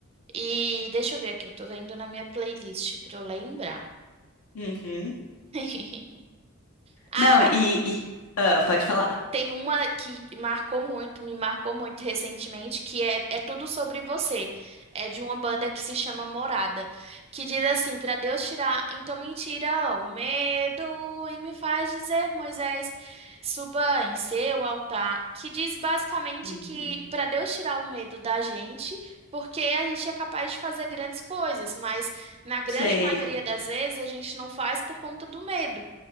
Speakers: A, on the right; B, on the left.
A: E deixa eu ver aqui, eu tô vendo na minha playlist pra eu lembrar.
B: Uhum.
A: <laughs> Ah,
B: Não,
A: ah,
B: e... e- ah, pode falar.
A: tem uma que marcou muito, me marcou muito recentemente, que é, é tudo sobre você. É de uma banda que se chama Morada, que diz assim, para Deus tirar, então me tira o medo e me faz dizer, Moisés, suba em seu altar, que diz basicamente
B: Uhum.
A: que para Deus tirar o medo da gente, porque a gente é capaz de fazer grandes coisas, mas na grande
B: Sei.
A: maioria das vezes a gente não faz por conta do medo.